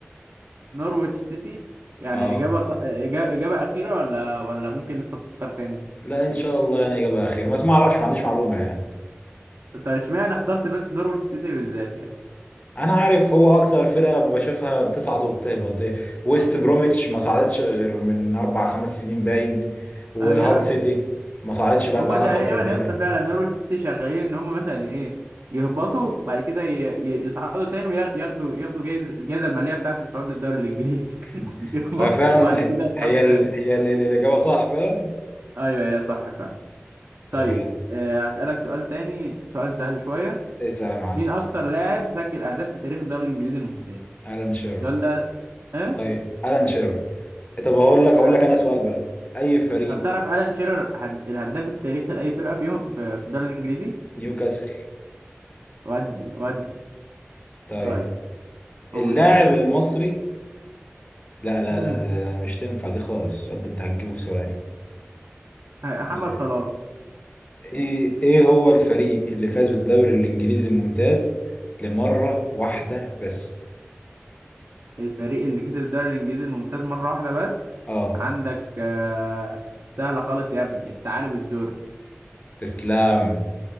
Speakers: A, on the right; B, on the left.
A: نورويتش سيتي يعني
B: اه
A: إجابة ص... إجابة... إجابة أخيرة ولا ولا ممكن لسه تفكر تاني
B: لا ان شاء الله يعني اجابه خير بس ما اعرفش ما عنديش معلومه يعني
A: طب اشمعنى اخترت نور- نورويتش سيتي بالذات يعني
B: انا عارف هو اكتر فرقه بشوفها بتصعد وبتهبط إيه، ويست بروميتش ما صعدتش غير من اربع خمس سنين باين وهال
A: أيوه
B: سيتي ما صعدتش بقى
A: هما
B: بقى
A: تقريبا
B: لها فتره كبيره
A: يا اسطى فعلا نورويتش سيتي شغالين إن هما مثلا إيه يهبطوا بعد كده ي... ي... يصعدوا تاني وياخدوا ياخدوا جايزة الجائزة المالية بتاعة الصعود للدوري الإنجليزي
B: <laughs>
A: <laughs> يهبطوا
B: هو فعلا
A: وبعد كده يصعدوا
B: هي ال...
A: تاني
B: هي ال... ال- الاجابه صح فعلا
A: أيوه أيوه صح فعلا
B: طب
A: طيب
B: يلا
A: آه، هسألك سؤال تاني سؤال سهل شوية
B: اسال يا معلم
A: مين اكتر لاعب سجل اهداف في تاريخ الدوري الانجليزي الممتاز
B: الان شيرر
A: السؤال ده ايه
B: طيب الان شيرر طب هقول لك هقول
A: آه.
B: لك انا سؤال بقى اي فريق
A: طب تعرف الان شيرر هد... الهداف التاريخي لاي فرقه في يوم في في الدوري الانجليزي
B: نيوكاسل
A: ودي ودي
B: طيب
A: طيب قول
B: اللاعب
A: انت
B: المصري لا لا
A: مم.
B: لا لا لا، مش تنفع دي خالص السؤال ده انت هتجيبه في ثواني
A: آه، محمد
B: طيب
A: صلاح
B: ايه ايه هو الفريق اللي فاز بالدوري الانجليزي الممتاز لمرة واحدة بس
A: الفريق اللي كسب الدوري الانجليزي الممتاز مره واحده بس
B: اه
A: عندك آه... سهله خالص يا ابني الثعالب الزرق
B: تسلام